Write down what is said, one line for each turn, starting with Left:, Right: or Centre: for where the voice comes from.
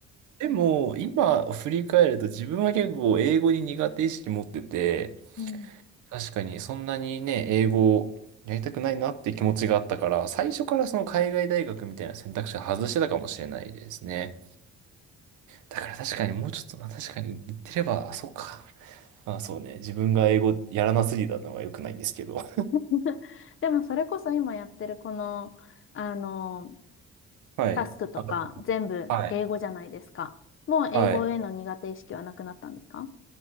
Right: でも、今振り返ると自分は結構英語に苦手意識持ってて、
Left: <laughs> うん。
Right: 確かにそんなにね、英語をやりたくないなっていう気持ちがあったから、最初からその海外大学みたいな選択肢を外してたかもしれないですね。だから確かにもうちょっとな、確かに言ってれば、そうか。あ、そうね。自分が英語やらなすぎたのが良くないんですけど。
Left: <laughs> でもそれこそ今やってるこの、あの、
Right: はい。
Left: タスクとか全部英語じゃないですか。
Right: あのはい。
Left: もう英語への苦手意識はなくなったんですか
Right: はい。